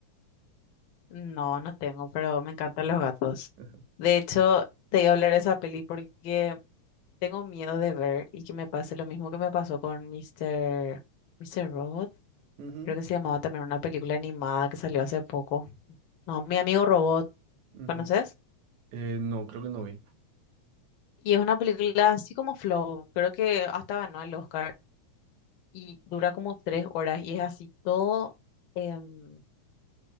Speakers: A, on the left; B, on the right.
A: No, no tengo, pero me encantan los gatos.
B: <laughs>
A: De hecho, te iba a hablar de esa peli porque tengo miedo de ver y que me pase lo mismo que me pasó con Mister Mister Robot.
B: Ujú,
A: Creo que se llamaba también una película animada que salió hace poco. No, Mi Amigo Robot,
B: ujú.
A: ¿conoces?
B: Eh, no, creo que no vi.
A: Y es una película así como Flow, creo que hasta ganó el Oscar y dura como tres horas y es así todo em,